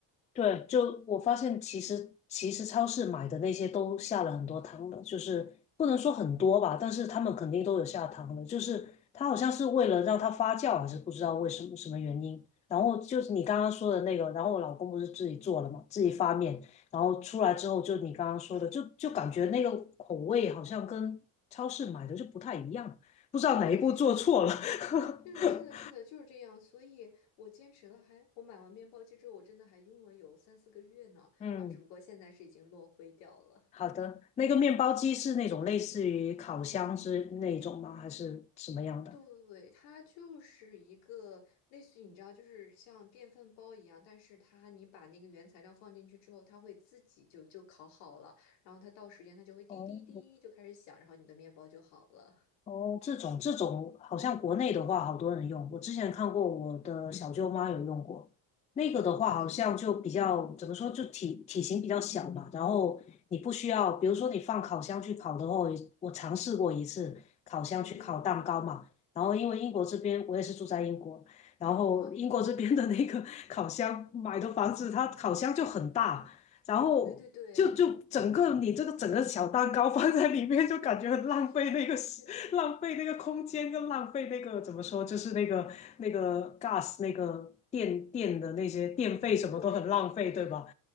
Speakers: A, on the left (about 15°); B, on the left (about 85°).
A: 对，就我发现，其实其实超市买的那些都下了很多糖的，就是不能说很多吧，但是他们肯定都有下糖的，就是它好像是为了让它发酵，还是不知道为什么什么原因。然后就是你刚刚说的那个，然后我老公不是自己做了嘛，自己发面，然后出来之后，就你刚刚说的，就就感觉那个口味好像跟超市买的就不太一样，不知道哪一步做错了。
B: 对，
A: <laughs>
B: 是的，是的，是的，就是这样。所以我坚持了还，我买完面包机之后，我真的还用了有三四个月呢。
A: 嗯
B: 然后只不过现在是已经落灰掉了。
A: 好的，那个面包机是那种类似于烤箱是那种吗？还是什么样的？
B: 对，它就是一个类似于你知道，就是像电饭煲一样，但是它你把那个原材料放进去之后，它会自己就就烤好了，然后它到时间它就会滴滴滴就开始响，
A: 哦，
B: 然后你的面包就好了。
A: 哦，这种这种好像国内的话，好多人用。我之前看过，我的小舅妈有用过。那个的话，
B: 哇，
A: 好像就比较怎么说，
B: 这，
A: 就体体型比较小嘛。然后你不需要，比如说你放烤箱去烤的话，我尝试过一次烤箱去烤蛋糕嘛。
B: 嗯哼，
A: 然后因为英国这边我也是住在英国，然后英国这边的那个
B: 哇。
A: <laughs> 烤箱买的房子，它烤箱就很大，然后就就整个你这个整个小蛋糕放在里面，
B: 对对对。
A: 就感觉很浪费那个时浪费那个空间跟浪费那个怎么说，
B: 是是是是是，
A: 就是那个那个 gas 那个电电的那些电费什么都很浪费，
B: 对对对，
A: 对吧？